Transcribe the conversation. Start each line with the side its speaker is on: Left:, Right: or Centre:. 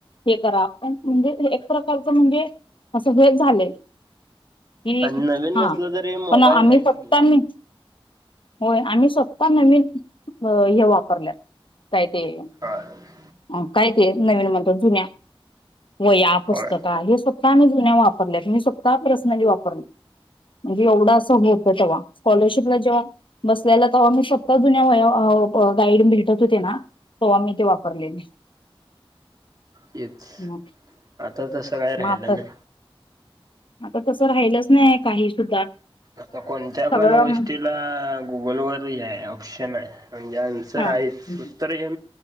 Left: हे करा, म्हणजे एक प्रकारच म्हणजेऽऽ असं हेच झालंय. हि,
Right: आणि नवीन
Left: हा,
Right: नसलं तरी मोबाईल
Left: पण आम्ही
Right: आहेच
Left: फक्त
Right: की
Left: आम्ऽऽ <unintelligible> होय, आम्ही स्वतः नवीन, हे, वापरल्या काय, तेऽ
Right: होय
Left: अ! काय ते नवीन म्हणतो जुन्याऽऽ वहया, पुस्तका
Right: होय
Left: हे स्वतः आम्ही जुन्या वापरल्यात, मी स्वतः पर्सनली वापरल्यात. म्हणजे एवढं अस होत, तेव्हा स्कॉलरशिपला जेव्हा बसल्यालं तेव्हा मी स्वतः जुन्या वह्या ऽऽ गाईड भेटत होते ना, ते, हो आम्ही ते वापरलेले.
Right: येच,,
Left: मग
Right: आता तसं काय राहिलं
Left: मग आता
Right: नाई.
Left: आता तसं राहिलच नाहीय काही सुद्धा.
Right: आता कोणत्या पण
Left: सगळं
Right: गोष्टीला गुगलवररही आहे, ऑप्शन आहे. म्हणजे आन्सर
Left: हा
Right: आहेच, उत्तर घ्य